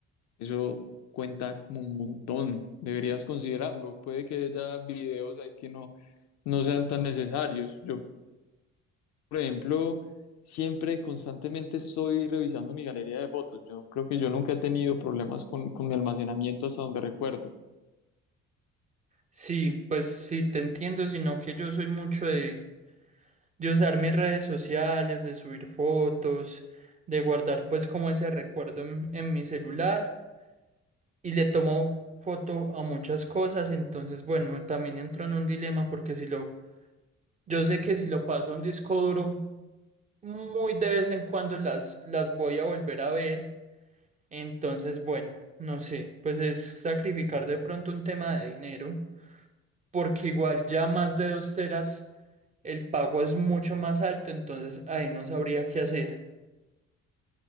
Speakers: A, on the left (about 50°); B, on the right (about 20°).
A: eso cuenta como un montón. Deberías considerarlo. Puede que haya videos ahí que no, no sean tan necesarios. Yo por ejemplo, siempre constantemente estoy revisando mi galería de fotos. Yo creo que yo nunca he tenido problemas con, con mi almacenamiento hasta donde recuerdo.
B: Sí, pues sí, te entiendo, sino que yo soy mucho de, de usar mis redes sociales, de subir fotos, de guardar pues como ese recuerdo en, en mi celular y le tomo foto a muchas cosas, entonces bueno, también entro en un dilema porque si lo Yo sé que si lo paso a un disco duro, muy de vez en cuando las, las voy a volver a ver. Entonces, bueno, no sé, pues es sacrificar de pronto un tema de dinero, porque igual ya más de dos teras el pago es mucho más alto, entonces ahí no sabría qué hacer.